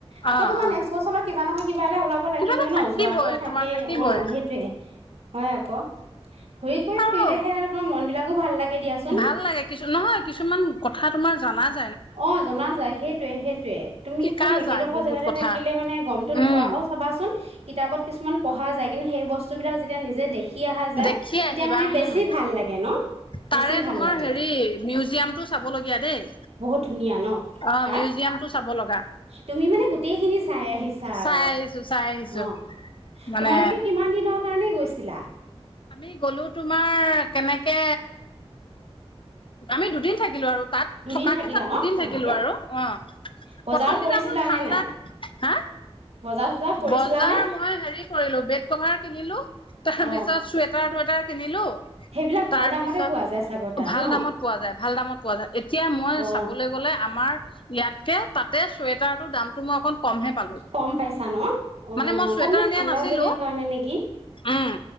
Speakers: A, on the right; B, on the left.
A: আকৌ
B: অ',
A: তোমাৰ
B: অ',
A: নেক্সট বছৰলৈ কিবা নহয় কিবা এ এটা ওলাব লাগিবই
B: কিবা এটা
A: ন
B: থাকিবই
A: যোৱাটো থাকে
B: তোমাৰ থাকিবই
A: অ সেইটোয়ে। হয় আকৌ ঘূৰি কৰি
B: আৰু,
A: ফুৰিলেহে তোমাৰ মন বিলাকো ভাল লাগে দিয়াচোন
B: ভাল লাগে কিছু নহয় কিছুমান কথা তোমাৰ সমাজ
A: অ জনা যায়। সেইটোয়ে, সেইটোয়ে। তুমি
B: শিকা
A: খালি একেডোখৰ
B: যায় বহুত
A: জেগাতে
B: কথা
A: থাকিলে মানে গমটো নোপোৱা
B: উম,
A: আৰু চাবাচোন কিতাপত কিছুমান পঢ়া যায় কিন্তু সেই বস্তুবিলাক যেতিয়া নিজে দেখি অহা যায়
B: দেখি
A: তেতিয়া
B: আহিবা।
A: মানে
B: উম,
A: বেছি ভাল লাগে ন বেছি
B: তাৰে
A: ভাল
B: তোমাৰ
A: লাগে
B: হেৰি মিউজিয়ামটো চাবলগীয়া দেই।
A: বহুত ধুনীয়া ন
B: অ
A: তাত
B: মিউজিয়ামটো চাব লগা।
A: তুমি মানে গোটেই খিনি চাই আহিছা আৰু।
B: চাই আহিছো চাই আহিছো
A: অ
B: মানে
A: তোমালোকে কিমান দিনৰ কাৰণে গৈছা? তিলা
B: আমি গলো তোমাৰ, কেনেকে আমি দুদিন থাকিলো আৰু। তাত
A: দুদিন
B: থকাকে
A: থাকিলা
B: তাত
A: ন
B: দুদিন
A: তোমালোকে
B: থাকিলোঁ আৰু। অ
A: বজাৰ
B: প্ৰথম
A: কৰিছিলা
B: দিনাখনোন ঠাণ্ডা,
A: নে নাই
B: হা
A: বজাৰ চজাৰ কৰিছিলানে
B: বজাৰ মই হেৰি কৰিলোঁ বেড কভাৰ কিনিলোঁ। তেহে
A: অ
B: বিছ পিছত চুৱেটাৰ টুৱেটাৰ কিনিলো।
A: সেইবিলাক
B: তাৰ
A: ভাল দামতে
B: পিছত
A: পোৱা যায় চাগৈ তাত
B: ভাল
A: ন
B: দামত পোৱা যায়, ভাল দামত পোৱা যায় এতিয়া মই
A: অ
B: চাবলৈ গলে আমাৰ ইয়াত এটিয়া তাতে চুৱেটাৰটোৰ দামটো মই অকণ কমহে পালো
A: কম পাইছা ন? অ,
B: মানে মই চুৱেটাৰ
A: তাৰমানে
B: নিয়া
A: ঠাণ্ডা
B: নাছিলো
A: জেগা কাৰণে নেকি?
B: উম